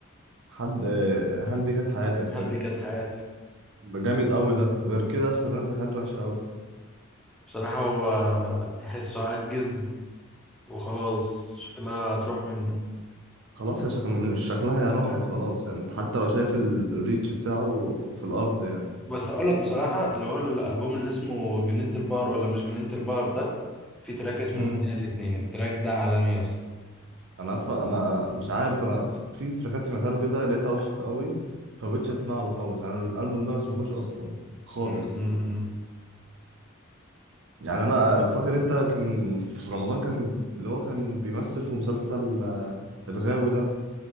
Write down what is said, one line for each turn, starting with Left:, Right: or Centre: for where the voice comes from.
Right: حد آه، هل دي كانت حياتك
Centre: هل
Right: فاهم
Centre: دي كانت حياته
Right: ده جامد قوي ده غير كده يا اسطى بينزل حاجات وحشه قوي
Centre: بصراحه هو تحسه عجز وخلاص شكلها هتروح منه
Right: خلاص يا شكل شكلها يا راحت خلاص يعني انت حتى لو شايف ال- الريتش بتاعه في الارض يعني
Centre: بس اقول لك بصراحه اللي هو الالبوم اللي اسمه جنينه البحر ولا مش جنينه البحر ده في تراك اسمه
Right: امم
Centre: مدينه الاتنين التراك ده عالمي يا اسطى
Right: انا اصلا انا مش عارف انا في تراكات سمعتها له كده لقيتها وحشه قوي فبقيتش اسمع له خالص يعني الالبوم ده ما سمعتوش اصلا خالص
Centre: أمم، أمم.
Right: يعني انا فاكر انت كان في رمضان كان اللي هو كان بيمثل في مسلسل آه، الغاوي ده